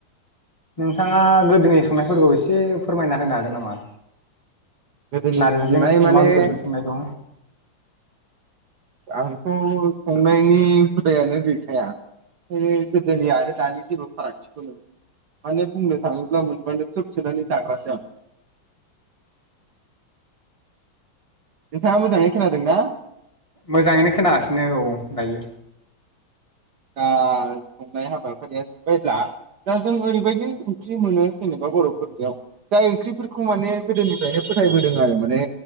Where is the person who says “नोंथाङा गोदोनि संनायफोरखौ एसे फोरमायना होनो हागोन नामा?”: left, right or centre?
Left